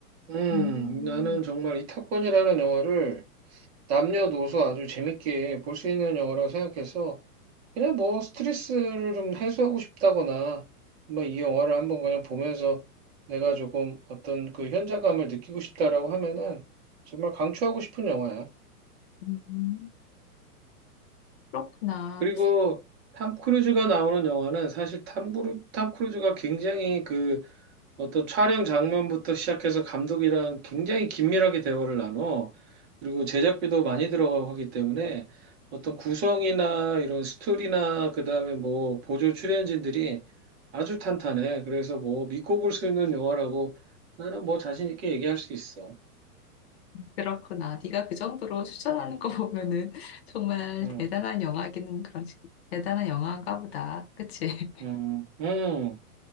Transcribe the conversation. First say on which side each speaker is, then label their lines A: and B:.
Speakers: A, on the right; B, on the left.
A: 음,
B: 음,
A: 나는 정말 이 탑건이라는 영화를 남녀노소 아주 재밌게 볼 수 있는 영화라고 생각해서 그냥 뭐 스트레스를 좀 해소하고 싶다거나 정말 이 영화를 한번 그냥 보면서 내가 조금 어떤 그 현장감을 느끼고 싶다라고 하면은 정말 강추하고 싶은 영화야.
B: 음, 그렇구나.
A: 그리고 탐 크루즈가 나오는 영화는 사실 탐, 브루- 탐 크루즈가 굉장히 그 어떤 촬영 장면부터 시작해서 감독이랑 굉장히 긴밀하게 대화를 나눠. 그리고 제작비도 많이 들어가고 하기 때문에 어떤 구성이나 이런 스토리나 그다음에 뭐 보조 출연진들이 아주 탄탄해. 그래서 뭐 믿고 볼 수 있는 영화라고 나는 뭐 자신 있게 얘기할 수 있어.
B: 그렇구나. 네가 그 정도로 추천하는 거 보면은 <laughs> 정말
A: 음,
B: 대단한 영화기는 그런 식- 대단한 영화인가 보다. 그치?
A: 음, 음.